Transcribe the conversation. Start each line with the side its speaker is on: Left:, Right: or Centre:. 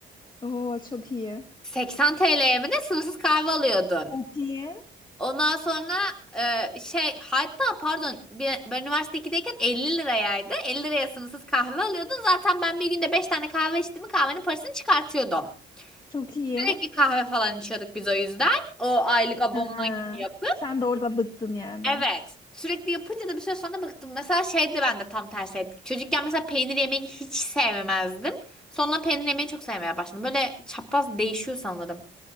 Left: Oo, çok iyi.
Centre: 80 TL'ye mi ne sınırsız kahve alıyordun.
Left: Çok iyi.
Centre: Ondan sonra e, şey hatta pardon bir- ben üniversite 2'deyken 50 lirayaydı. 50 liraya sınırsız kahve alıyordun. Zaten ben bir günde 5 tane kahve içtim mi kahvenin parasını çıkartıyordum.
Left: Çok iyi.
Centre: Sürekli kahve falan içiyorduk biz o yüzden. O aylık abonman
Left: Ha,
Centre: gibi yapıp.
Left: Sen de orada bıktın yani.
Centre: Evet. Sürekli yapınca da bir süre sonra bıktım. Mesela şeydi ben de tam tersi etki. Çocukken mesela peynir yemeyi hiç sevmezdim. Sonra peynir yemeyi çok sevmeye başladım. Böyle çapraz değişiyor sanırım.